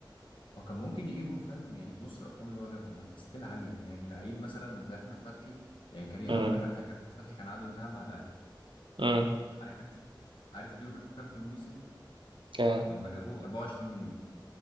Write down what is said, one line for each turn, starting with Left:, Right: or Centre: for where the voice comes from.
Left: وكان ممكن يجيبهم فاهم يعني بنص الأرقام اللي هو جابهم ما كانت ستيل عالية يعني لعيب مثلا زي أحمد فتحي يعني كريم
Right: امم
Left: هقول لك على حاجة أحمد فتحي كان عقده انتهى مع الأهلي
Right: امم
Left: عارف عارف ادوله كام في الموسم
Right: كان
Left: لما جابوه 24 مليون